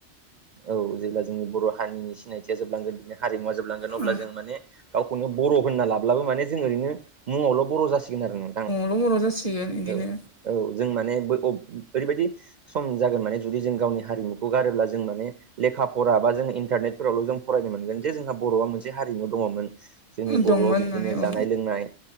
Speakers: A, on the right; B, on the left.
A: औ जेब्ला जोंनि बर' हारिनि सिनायथिया जोबलांगोन बिदिनि हारिमुवा जोबलांगोन अब्ला
B: औ
A: जों माने गावखौनो बर' होनना लाब्लाबो माने जों ओरैनो मुङावल' बर' जासिगोन आरो नोंथां।
B: र' मर' जासिगोन बिदिनो
A: औ औ जों माने बै-अ-ओरैबायदि सम जागोन माने जुदि जों गावनि हारिमुखौ गारोब्ला जों माने लेखा फरा बा जों इन्टारनेटफोरावल' जों फरायनो मोनगोन जे जोंहा बर'आ मोनसे हारिमु दङमोन। जोंनि
B: दंमोन
A: बर'आव
B: होननानै
A: बिदिनो
B: औ
A: जानाय लोंनाय